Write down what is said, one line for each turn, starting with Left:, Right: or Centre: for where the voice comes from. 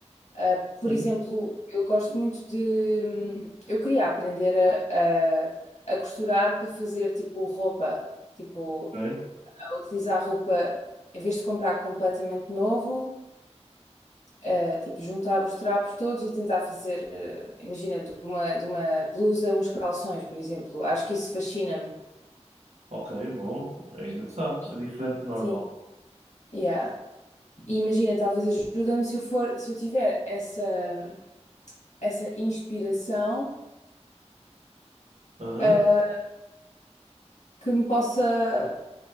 Left: Uh,
Right: Sim.
Left: por exemplo, eu gosto muito de. hum, Eu queria aprender a, a, a costurar para fazer tipo roupa, tipo,
Right: Ok,
Left: a utilizar roupa em vez de comprar completamente novo, uh, tipo, juntar os trapos todos e tentar fazer, uh, imagina, de uma, de uma blusa, uns calções, por exemplo. Acho que isso fascina-me.
Right: ok, bom, é
Left: E,
Right: engraçado,
Left: e-
Right: é diferente do normal.
Left: sim, yeah. E imagina, talvez ajuda-me se eu for, se eu tiver essa, hum, essa inspiração,
Right: Aham,
Left: uh, que me possa.